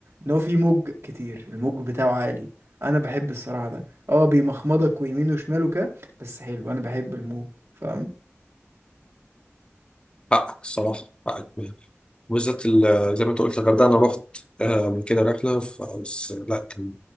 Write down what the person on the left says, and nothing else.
حقك الصراحه حقك وبالذات ال- زي ما انت قلت الغردقه انا رحت آه، من كده رحله ف- بس لا كان